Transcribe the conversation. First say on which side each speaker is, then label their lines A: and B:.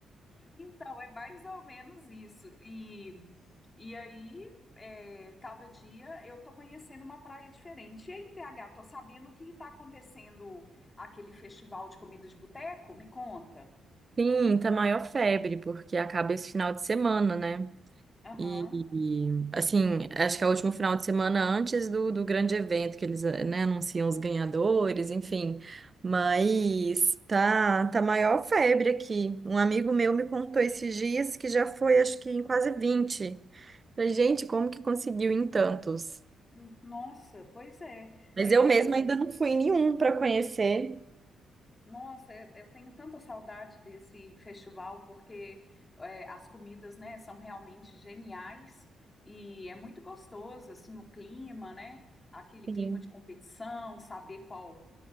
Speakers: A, on the left; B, on the right.
A: Então, é mais ou menos isso. E E aí, é, cada dia eu tô conhecendo uma praia diferente. E aí, em BH, tô sabendo que tá acontecendo aquele festival de comida de boteco? Me conta.
B: Sim, tá maior febre, porque acaba esse final de semana, né?
A: Aham.
B: E, e, assim, acho que é o último final de semana antes do, do grande evento, que eles, eh, né, anunciam os ganhadores, enfim. Mas tá, tá maior febre aqui. Um amigo meu me contou esses dias que já foi, acho que em quase 20. Falei, gente, como que conseguiu em tantos?
A: Hum, Nossa, pois é.
B: Mas
A: É,
B: eu mesma ainda não fui em nenhum para conhecer.
A: nossa, eu, eu tenho tanta saudade desse festival porque é, as comidas, né, são realmente geniais e é muito gostoso, assim, o clima, né? Aquele
B: Sim.
A: clima de competição, saber qual